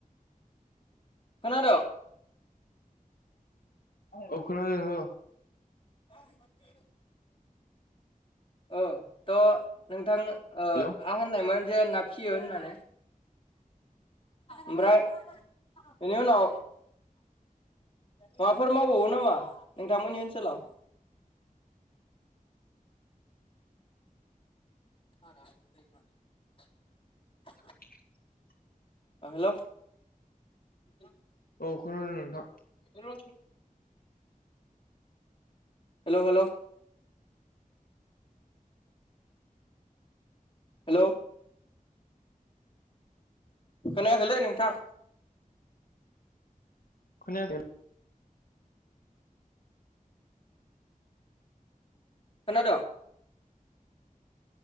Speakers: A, on the left; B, on the left.
A: खोनादों
B: ओ खोनादों औ
A: <unintelligible> औ थ' नोंथां ओ
B: हेल'
A: आं होननायमोन जे ना फियो होननानै ओमफ्राय बेनि उनाव माबाफोर मावबावो नामा नोंथांमोननि ओनसोलाव <unintelligible>
B: <inaudible>
A: हेलौ <unintelligible>
B: औ खोनादों नोंथां
A: <unintelligible> हेलौ हेलौ। हेलौ। खोनायाखैलै नोंथां।
B: खोनायाखै।
A: खोनाद'।